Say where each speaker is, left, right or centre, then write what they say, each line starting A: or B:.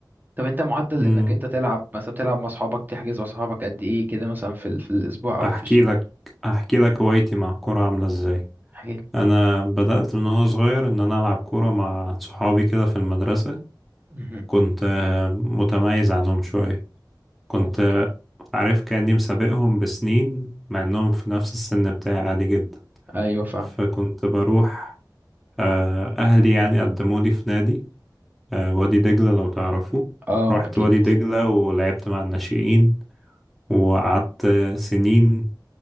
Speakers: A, on the right (about 25°); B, in the centre.
A: طب انت معدل
B: مم.
A: انك انت تلعب مثلا بتلعب مع اصحابك تحجز مع اصحابك قد ايه كده مثلا في, ال- في الاسبوع او
B: أحكي
A: في الشهر
B: لك أحكي لك هوايتي مع الكورة عاملة إزاي
A: احكي
B: أنا بدأت من وأنا صغير إن أنا ألعب كورة مع صحابي كده في المدرسة
A: لي
B: كنت آه، متميز عنهم شوية كنت
A: اوكي
B: آه، عارف كأني مسابقهم بسنين مع انهم في نفس السن بتاعي عادي جدا
A: ايوه فاهم
B: فكنت بروح آه، اهلي يعني قدمولي في نادي آه، وادي دجلة لو تعرفوا
A: اه
B: رحت
A: اكيد
B: وادي دجلة ولعبت مع الناشئين وقعدت آه، سنين